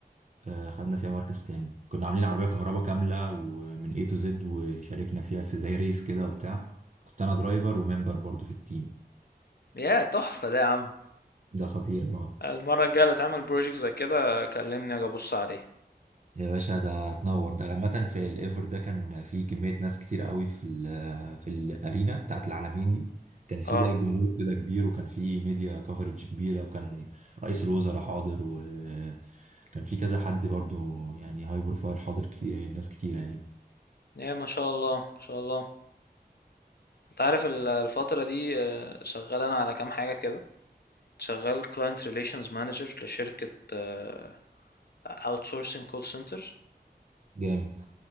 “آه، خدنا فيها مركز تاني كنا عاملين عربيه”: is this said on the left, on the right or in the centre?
Right